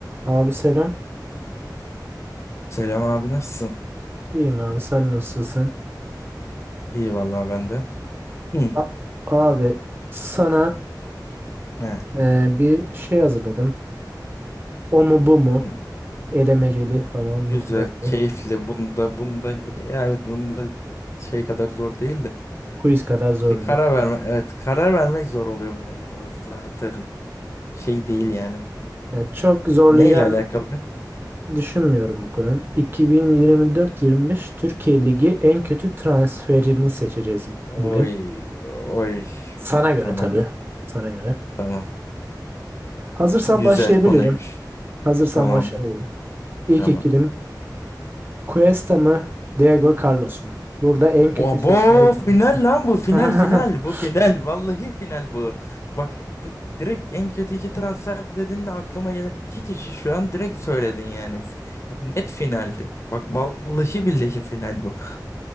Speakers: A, on the right; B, on the left.
A: Abi selam.
B: Selam abi nasılsın?
A: İyiyim abi sen nasılsın?
B: İyi vallahi ben de. Hı.
A: A- abi sana
B: He.
A: e, bir şey hazırladım. O mu bu mu?
B: Hı.
A: Elemeceli falan
B: Güzel,
A: mı filan mı?
B: keyifli. Bunda bunda ya evet bunda şey kadar zor değil de
A: Quiz kadar zor
B: ki karar
A: değil.
B: verme evet karar vermek zor oluyor bunda zaten. Şey değil yani.
A: Yani çok zorlayacağını
B: Neyle alakalı?
A: düşünmüyorum bu konunun. 2024-25 Türkiye Ligi en kötü transferini seçeceğiz
B: Oy
A: bugün.
B: oy.
A: Sana göre
B: Tamam.
A: tabii. Sana göre.
B: Tamam.
A: Hazırsan
B: Güzel
A: başlayabilirim.
B: konuymuş.
A: Hazırsan
B: Tamam.
A: başlayabilirim. İlk
B: Tamam.
A: ikilim Cuesta mı? Diego Carlos mu? Burada en kötüyü
B: Obo
A: seçmeye
B: final lan bu final
A: <laughs>
B: final bu final vallahi final bu. Bak bu direkt en kötü iki transfer dediğinde aklıma gelen iki kişi şu an direkt söyledin yani. F- Bu net final. Bak vallahi billahi final bu.